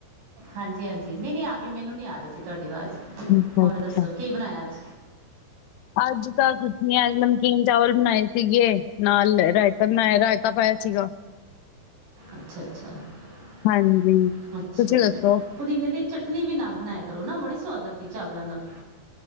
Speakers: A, on the right; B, on the left.
A: ਹਾਂਜੀ-ਹਾਂਜੀ, ਨਹੀਂ-ਨਹੀਂ ਆ ਗਈ ਮੈਨੂੰ ਨੀ ਆ ਰਹੀ ਸੀ ਤੁਹਾਡੀ ਆਵਾਜ਼
B: ਅੱਛਾ,
A: ਹੋਰ
B: ਅੱਛਾ।
A: ਦੱਸੋ ਕੀ ਬਣਾਇਆ ਅੱਜ
B: ਅੱਜ ਤਾਂ ਕੁਛ ਨੀ ਏਹ ਨਮਕੀਨ ਚਾਵਲ ਬਣਾਏ ਸੀਗੇ ਨਾਲ ਰਾਇਤਾ ਬਣਾਇਆ ਰਾਇਤਾ ਪਾਇਆ ਸੀਗਾ।
A: ਅੱਛਾ-ਅੱਛਾ-ਅੱਛਾ-ਅੱਛਾ,
B: ਹਾਂਜੀ ਤੁਸੀਂ ਦੱਸੋ
A: ਪੁਦੀਨੇ ਦੀ ਚਟਨੀ ਵੀ ਨਾਲ ਬਣਾਇਆ ਕਰੋ ਨਾ ਬੜੀ ਸੁ ਸਵਾਦ ਲੱਗਦੀ ਚਾਵਲਾਂ ਨਾਲ